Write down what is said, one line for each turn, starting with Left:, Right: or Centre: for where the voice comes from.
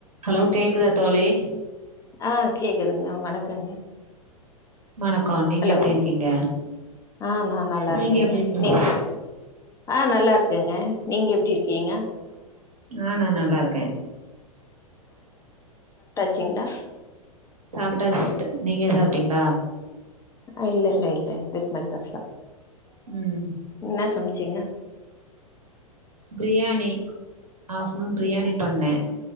Right: ஹலோ கேக்குதா தோழி
Left: ஆஹ் கேக்குதுங்க வணக்கங்க
Right: வணக்கோ நீங்க
Left: ஹலோ
Right: எப்டி இருக்கீங்க
Left: ஆஹ் நா நல்லா
Right: நீங்க
Left: இருக்கேங்க
Right: எப்டி இருக்கீங்க
Left: நீங் ஆஹ் நல்லா இருக்கேங்க நீங்க எப்டி இருக்கீங்க
Right: ஆஹ் நா நல்லா இருக்கே
Left: ச்சோளா
Right: சாப்டா சிஸ்டர் நீங்க சாப்டீங்களா
Left: ஆஹ் இல்லங்க இல்லங்கா இதுக்கு மேல தா சாப்
Right: ம்
Left: இன்ன சமச்சீங்க
Right: ப்ரியாணி ஆஃப்னூன் பிரியாணி
Left: ம்
Right: பண்ணே